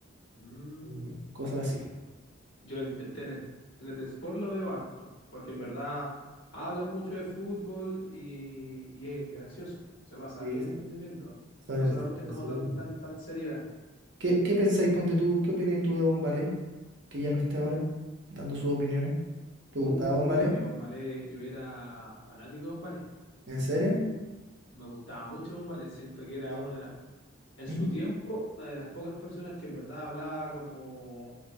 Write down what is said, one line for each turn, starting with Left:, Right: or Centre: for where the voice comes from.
Left: Mm.
Right: eh, cosas así.
Left: Yo el, el tenis, tenis de sport lo veo harto, porque en verdad hablan mucho de fútbol y, y es gracioso, se pasa
Right: Sí,
Left: bien
Right: eso.
Left: viendo.
Right: Son
Left: No
Right: el-
Left: solamente
Right: son graciosos.
Left: es como tan, tanta seriedad.
Right: ¿Qué, qué pensáis, ponte tú, qué opináis tú de Bombalé, que ya no esté ahora, dando sus opiniones? ¿Te gustaba
Left: Uy,
Right: Bombalé?
Left: amigo Bombalé, yo era fanático de Bombalé.
Right: ¿En serio?
Left: Me gustaba mucho Bombalé. Siento que era
Right: Eh,
Left: una de las, en
Right: ¿Mm?
Left: su tiempo, una de las pocas personas que en verdad hablaba como